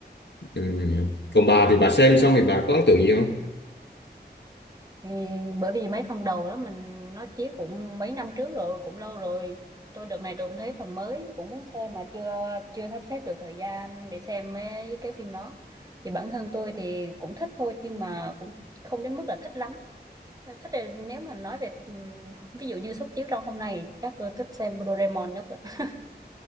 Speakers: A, on the left; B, on the right.
A: ừm, còn bà thì bà xem
B: Ừ.
A: xong thì bà có ấn tượng gì không
B: Thì bởi vì mấy phần đầu đó mình nó chiếu cũng mấy năm trước rồi cũng lâu rồi tôi đợt này tôi cũng thấy phần mới cũng muốn xem mà chưa chưa sắp xếp được thời gian để xem mấy cái phim đó thì bản thân tôi thì cũng thích thôi nhưng mà cũng không đến mức là thích lắm thích thì nếu mà nói về ừ, ví dụ như suất chiếu trong hôm nay chắc tôi thích xem Doraemon nhất á.